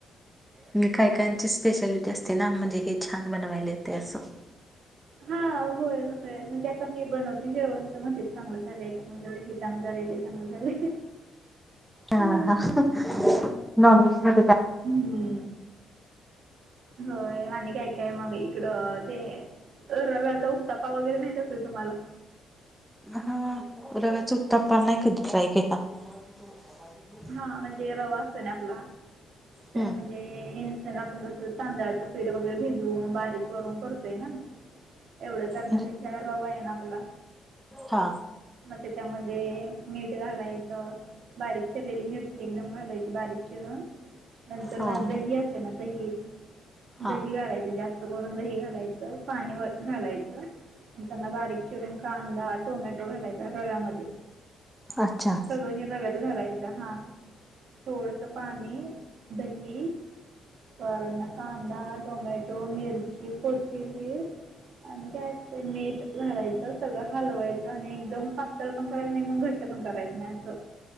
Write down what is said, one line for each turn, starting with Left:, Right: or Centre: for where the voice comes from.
Centre: मी काय कांची स्पेशालिटी असते ना म्हणजे हे छान बनवायला येते असं
Right: हा व्हय व्हय म्हंजे आता मी बनवते जेवण तर म्हण ते चांगलं झालंय चांगलं झालंय हे चांगलं झालंय ते चांगलं झालंय
Centre: हा
Right: मग.
Centre: हा नॉनव्हेज नको त्याला
Right: हम्म... होय आणि काय काय मग इकडं ते अ रव्याचा उत्तापा वगैरे माहित असेल तुम्हाला?
Centre: हा रव्याचा उत्तपा नाही कधी ट्राय केला. <inaudible>
Right: हा म्हणजे रवा असतो ना आपला हा त्या
Centre: हम्म
Right: म्हणजे इनसा ला आपण कस तांदळाचं पिठ वगैरे भिजू बारीक करून करतो येणा एवढं करण्यापेक्षा
Centre: म्हणजे
Right: रवा आहे ना आपला
Centre: हा
Right: मग त्याच्यामध्ये मीठ घालायचं बारीक... चिरलेली मिरची एकदम घालायची बारीक चिरून नंतर न
Centre: हा
Right: दही
Centre: हा
Right: असते ना दही...
Centre: हा
Right: दही घालायचं जास्त करून दही घालायचं पाणी व घालायचं. नंतर न बारीक चिरून कांदा, टोमॅटो घालायचा रव्यामध्ये
Centre: अच्छा
Right: सगळं हे रव्यात घालायचा हा थोडस पाणी दही वर्ण कांदा, टोमॅटो, मिरची, कोथिंबिर आणि काय त मीठ घालायच सगळं हलवायचं आणि एकदम पात.. नितळ पन करायचे नाही एकदम घट्ट पन करायचे नाही असं